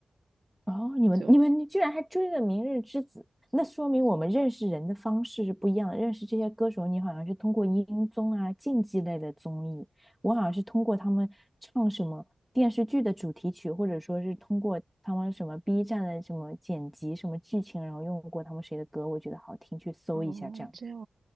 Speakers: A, in the centre; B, on the right.
A: 哦，你们你们居然还追了《明日之子》，
B: 就，
A: 那说明我们认识人的方式是不一样的。认识这些歌手，你好像是通过音综啊、竞技类的综艺，我好像是通过他们唱什么电视剧的主题曲，或者说是通过他们什么 B 站的什么剪辑、什么剧情，然后用过他们谁的歌，我觉得好听，去搜一下这样子。
B: 哦，这样